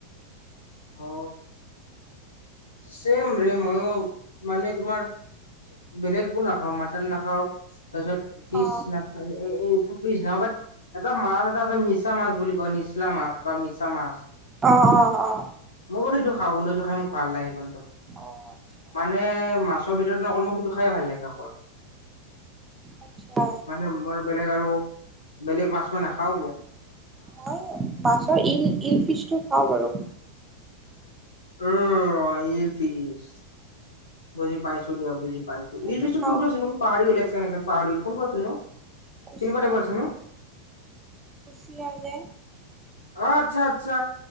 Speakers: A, on the left; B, on the right.
A: অ। ছেম ৰে মইও মানে তোমাৰ, বেলেগ একো নাখাও মাটন নাখাও। তাৰিছত ফিচ
B: অ
A: ন ফিজ ন এটা মাছ এটা আছে <inaudible> মিছা মাছ বুলি কয় নিচলা মছ বা মিছা মাছ।
B: অ অ অ
A: মই বোলো এইটো <unintelligible> ভাল লাগি কিন্তু,
B: অ আচ্ছা
A: মানে মাছৰ ভিতৰততে অকল মোক সিটো খাই ভাল লাগে অকল।
B: আচ্ছা
A: মানে মই বেলেগ আৰু বেলেগ মাছ মই নাখাও।
B: মই মাছৰ ইল ইল ফিচটো খাওঁ বাৰু।
A: উম্ অ ইল ফিচ। বুজি পাইছো দিয়া বুজি পাইছো।
B: সেইটো
A: ইল ফিছ টো
B: খাওঁ
A: কোনটো আছিল নো? পাহৰি গলো এক ছেকেণ্ড পাহৰি গলো। কোনটো আছিল নো?
B: কুচিয়া
A: কেনেকুৱা টাইপৰ আছিল
B: মাছ
A: নো?
B: কুচিয়া যে
A: অ আচ্ছা আচ্ছা